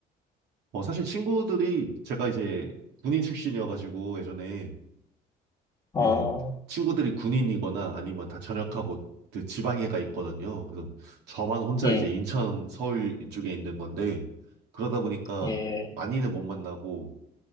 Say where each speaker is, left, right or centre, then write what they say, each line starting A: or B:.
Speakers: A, on the right (about 80°); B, on the left (about 25°).
A: 어, 사실 친구들이 제가 이제 군인 출신이어가지고 예전에
B: 아,
A: 예, 친구들이 군인이거나 아니면 다 전역하고 그 지방에 가 있거든요. 그래서 저만 혼자
B: 예,
A: 이제 인천, 서울 이쪽에 있는 건데 그러다 보니까
B: 예,
A: 많이는 못 만나고